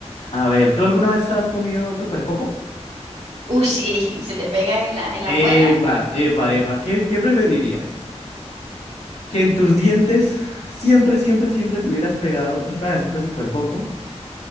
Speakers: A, on the left (about 80°); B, on the right (about 75°).
A: A ver, ¿tú alguna vez has comido super coco?
B: Uy, sí, <laughs> se te pega en la, en la
A: Epa,
B: muela.
A: epa, epa. ¿Qué, qué preferirías? ¿Que en tus dientes siempre, siempre, siempre te hubieras pegado un pedacito de super coco?